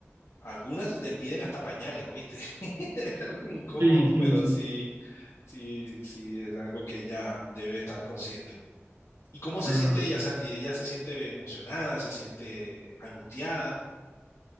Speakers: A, on the left; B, on the right.
A: algunas le piden hasta pañales, ¿oíste? <laughs> Es algo incómodo,
B: Sí, sí,
A: pero
B: sí.
A: sí, sí, sí, es algo que ella debe estar consciente. ¿Y cómo se
B: Ah.
A: siente ella, Santi? Ella se siente emocionada, se siente angustiada.